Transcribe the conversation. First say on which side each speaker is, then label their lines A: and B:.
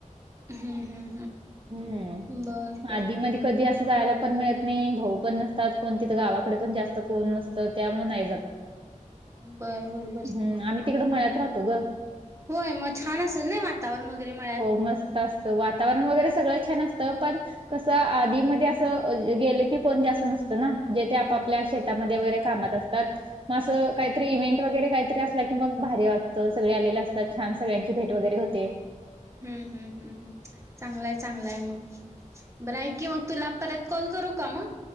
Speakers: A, on the right (about 20°); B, on the right (about 40°).
A: हम्म हम्म
B: हम्म,
A: बर बर.
B: आधी- मधी कधी असं जायला पण मिळत नाही भाऊ पण नसतात. कोणती तर गावाकडे पण जास्त कोण नसतं त्यामुळेळ नाही जात.
A: बरं बरं,
B: हम् आम्ही तिकडं मळयात राहतो ग.
A: होय मग छान असेल नाही वातावरण वगैरे मळ्यात.
B: मस्तास वातावरण वगैरे सगळं छान असतं पण कसं आधी मध्ये असं गेलं की कोण जास्त नसतं ना, जे ते आपापल्या शेत त्यामध्ये वगैरे कामात असतात. मग असं
A: हम्म
B: काहीतरी इव्हेंट वगैरे काहीतरी असला की मग भारी वाटतं. सगळे आलेले असतात छान सगळ्यांची भेट वगैरे होते.
A: ह ह ह ह, चांगलाय चांगलाय मग ब्राईक की मग तुला परत कॉल करू का मग